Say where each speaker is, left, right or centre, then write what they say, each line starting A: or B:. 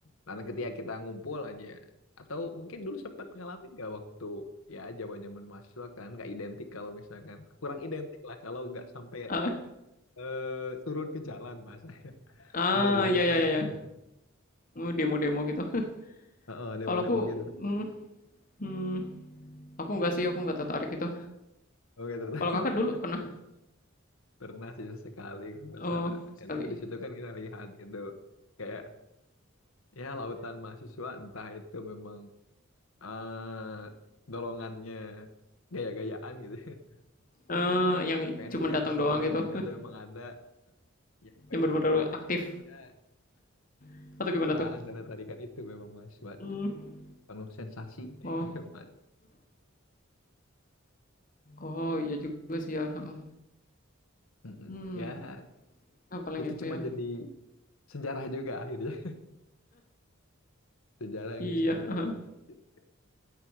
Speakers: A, on the left (about 80°); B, on the left (about 40°).
A: Dan ketika kita ngumpul aja, atau mungkin dulu sempat ngalamin nggak waktu ya zamannya mahasiswa kan nggak identik kalau misalkan kurang identik lah kalau nggak sampai
B: Ah,
A: eh, turun ke jalan bahasa. <laughs>
B: ah,
A: Gimana tuh, punya
B: ya ya
A: pengalaman
B: ya. iya.
A: nggak?
B: Mau demo-demo gitu. <laughs>
A: Heeh, demo-demo
B: Kalau aku
A: gitu kan.
B: mmm, mmm, aku nggak sih, aku nggak tertarik itu.
A: Oke, ternyata
B: Kalau
A: <laughs>
B: Kakak dulu pernah?
A: pernah sih sekali kalau nggak
B: Oh,
A: salah.
B: sekali.
A: Ya tapi di situ kan kita lihat gitu kayak ya lautan mahasiswa entah itu memang eh dorongannya gaya-gayaan gitu <laughs>
B: Eh, yang
A: pengen
B: cuma
A: kelihatan
B: datang doang
A: keren
B: gitu,
A: aja
B: <laughs>
A: atau memang ada yang pengen
B: yang bener-bener
A: diperjuangkan
B: aktif
A: ya
B: <laughs> atau gimana
A: itulah
B: tuh?
A: antara tarikan itu memang mas suatu
B: Mmm,
A: penuh sensasi
B: oh,
A: <laughs> Mas.
B: oh iya juga sih ya, heeh.
A: Mm-mm.
B: Mmm,
A: ya
B: ah, paling
A: itu
B: itu
A: cuma
B: ya.
A: jadi sejarah juga akhirnya <laughs> sejarah yang
B: Iya,
A: bisa
B: <laughs>
A: kita ingat gitu.